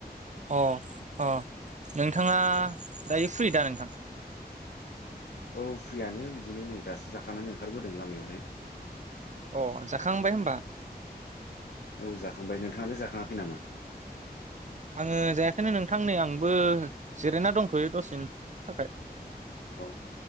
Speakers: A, on the right; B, on the left.
A: अ अ नोंथाङा दायो फ्रि दा नोंथां
B: औ फ्रियानो बिदिनो नै दासो जाखानानै ओंखारबोदों लामायावहाय
A: अ जाखांबाय होमबा
B: औ जाखांबाय नोंथाङालाय जाखाङाखै नामा
A: आङो जायाखैनो नोंथां नै आंबो जिरायना दंथ'यो दसेनि थाखाय
B: औ